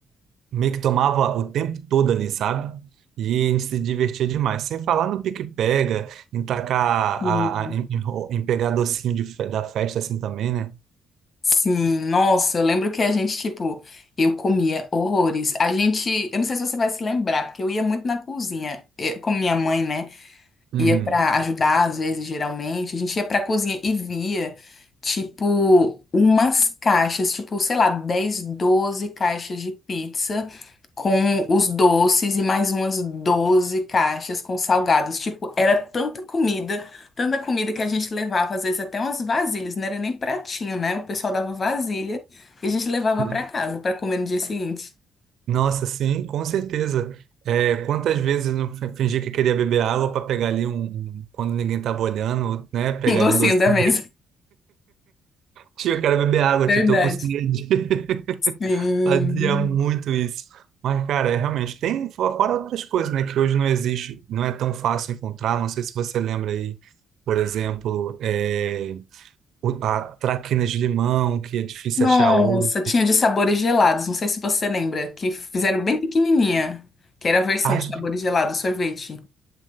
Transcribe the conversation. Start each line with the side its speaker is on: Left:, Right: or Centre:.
Right: meio que tomava o tempo todo ali, sabe? E a gente se divertia demais. Sem falar no pique-pega, em tacar
Left: sim.
Right: a, a- em, em ro- em pegar docinho de fe- da festa assim também, né?
Left: Sim, nossa, eu lembro que a gente, tipo, eu comia horrores. A gente, eu não sei se você vai se lembrar, porque eu ia muito na cozinha, eu, com minha mãe, né?
Right: Uhum.
Left: ia para ajudar às vezes, geralmente, a gente ia para cozinha e via tipo umas caixas, tipo, sei lá, 10 12 caixas de pizza com os doces e mais umas 12 caixas com salgados. Tipo, era tanta comida, tanta comida que a gente levava às vezes até umas vasilhas, não era nem pratinho, né? O pessoal dava vasilha e a gente levava
Right: Uhum.
Left: para casa para comer no dia seguinte.
Right: Nossa, sim, com certeza. É, quantas vezes eu não fi- fingi que queria beber água para pegar ali um, um- quando ninguém tava olhando, né? Pegar
Left: Um docinho
Right: ali um docinho.
Left: da mesa.
Right: Tio, eu quero beber água,
Left: <laughs> Verdade.
Right: tio, tô com sede. <laughs>
Left: Sim.
Right: Fazia muito isso. Mas, cara, é realmente. Tem fo- fora outras coisas, né? Que hoje não existe, não é tão fácil encontrar. Não sei se você lembra aí, por exemplo, é, o- a traquinas de limão, que é difícil
Left: Nossa,
Right: achar hoje.
Left: tinha de sabores gelados. Não sei se você lembra, que fizeram bem pequenininha, que era a versão
Right: As
Left: de sabores gelados, sorvete.